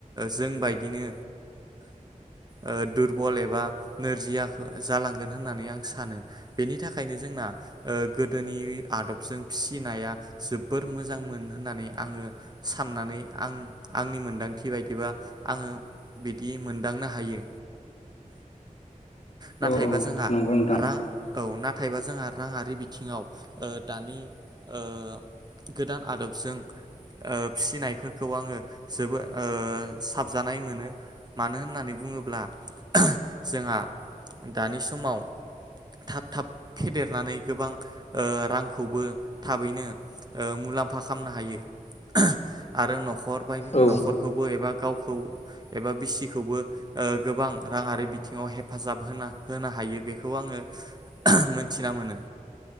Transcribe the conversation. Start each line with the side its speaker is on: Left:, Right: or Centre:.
Right: जोंबायदिनो ओ दुरबल एबा नोरजिया जालांगोन होननानै आं सानो बेनि थाखायनो जोंना ओ गोदोनि आदबजों फिसिनाया जोबोर मोजां मोन होननानै आङो साननानै आं आंनि मोनदांथि बायदिबा आङो बिदि मोनदांनो हायो। नाथायबा
Left: औ औ
Right: जोंहा
Left: नंगौ नोंथां
Right: रां औ नाथायबा जोंहा राङारि बिथिङाव ओ दानि ओ गोदान आदबजों ओ फिसिनायफोरखौ आङो जोबोद ओ साबजानाय मोनो मानो होननानै बुङोब्ला <unintelligible> जोंहा दानि समाव थाब थाब फेदेरनानै गोबां ओ रांखौबो थाबैनो ओ मुलाम्फा खालामनो हायो <unintelligible> आरो न'खर बाय न'खरखौबो
Left: औ
Right: एबा गावखौ एबा बिसिखौबो ओ गोबां राङारि बिथिङाव हेफाजाब होना होनो हायो बेखौ आङो <unintelligible> मोनथिना मोनो।